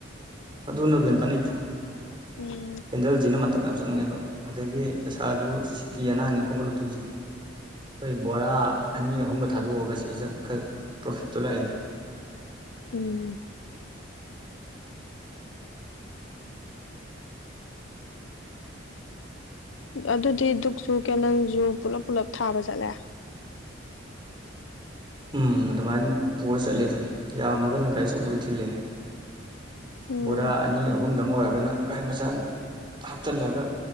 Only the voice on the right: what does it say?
ꯃꯅꯣꯕꯅ ꯀꯅꯤꯠꯇ
ꯀꯦꯟꯗꯜꯁꯤꯅ ꯃꯇꯝ ꯌꯥꯝ ꯆꯪꯉꯦꯕ ꯑꯗꯒꯤ ꯄꯩꯁꯥꯁꯨ ꯁꯤꯀꯤ ꯑꯅꯥꯅꯤ ꯈꯣꯝꯒꯠꯂꯛꯇꯣꯏꯁꯦ ꯑꯩꯈꯣꯏ ꯕꯣꯔꯥ ꯑꯅꯤ ꯑꯍꯨꯝꯒ ꯊꯥꯗꯣꯛꯑꯒ ꯁꯤꯗ ꯈꯔ ꯄ꯭ꯔꯣꯐꯤꯠꯇꯨ ꯂꯥꯛꯑꯦ
ꯎꯝ ꯑꯗꯨꯃꯥꯏꯅ ꯄꯨꯔ ꯆꯠꯂꯦ ꯑꯗꯨꯝ ꯌꯥꯝꯃꯒꯅ ꯒꯥꯔꯤꯁꯨꯧꯕꯗ ꯊꯤꯜꯂꯦ
ꯕꯣꯔꯥ ꯑꯅꯤ ꯑꯍꯨꯝꯗꯪ ꯑꯣꯏꯔꯒꯅ ꯒꯥꯥꯏ ꯃꯆꯥ ꯍꯥꯞꯆꯤꯜꯂꯒ